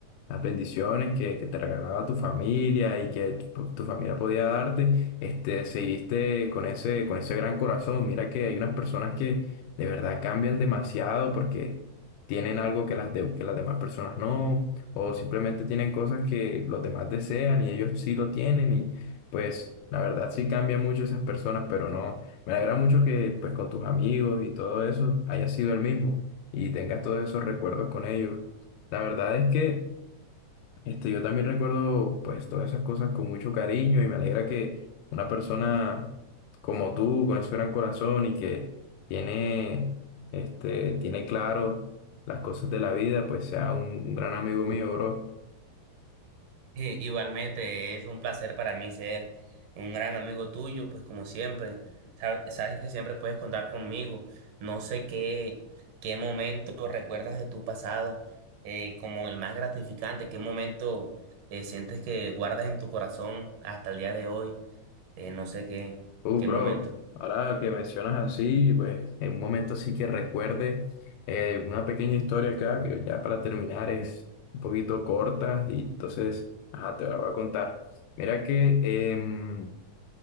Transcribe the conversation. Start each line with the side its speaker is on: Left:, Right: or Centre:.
Left: las bendiciones que, que te regalaba tu familia y que tu, tu familia podía darte, este, seguiste con ese, con ese gran corazón. Mira que hay unas personas que de verdad cambian demasiado porque tienen algo que las, de- que las demás personas no, o simplemente tienen cosas que los demás desean y ellos sí lo tienen y pues... La verdad sí cambian mucho esas personas, pero no, me alegra mucho que pues con tus amigos y todo eso haya sido el mismo y tengas todos esos recuerdos con ellos. La verdad es que este, yo también recuerdo pues todas esas cosas con mucho cariño y me alegra que una persona como tú, con ese gran corazón y que tiene, este, tiene claro las cosas de la vida, pues sea un, un gran amigo mío, bro.
Right: Eh, Igualmente, es un placer para mí ser un gran amigo tuyo, pues como siempre, Sa- sabes que siempre puedes contar conmigo. No sé qué, qué momento recuerdas de tu pasado eh, como el más gratificante, qué momento eh, sientes que guardas en tu corazón hasta el día de hoy, eh, no sé qué,
Left: Uh,
Right: qué
Left: bro,
Right: momento.
Left: ahora que mencionas así, pues en un momento sí que recuerde eh, una pequeña historia acá que ya para terminar es un poquito corta y entonces, ajá, te la voy a contar. Mira que... em,